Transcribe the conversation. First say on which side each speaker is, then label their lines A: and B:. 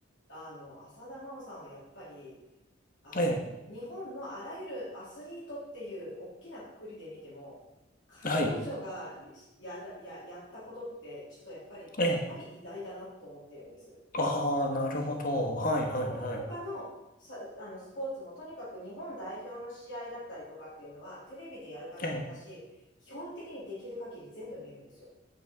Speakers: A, on the left; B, on the left.
A: あの浅田真央さんはやっぱりあの日本のあらゆるアスリートっていう大きな括りで見ても、
B: ええ、
A: 彼女がや、
B: はい。
A: や、やったことって、ちょっとやっぱりかなり偉大だなと思ってるんです。
B: ええ。ああ、なるほど。
A: うん、
B: はいはいはい。
A: そう、他のさ、あのスポーツもとにかく日本代表の試合だったりとかっていうのは、テレビでやる限り、
B: ええ。
A: 私、基本的にできる限り全部見るんですよ。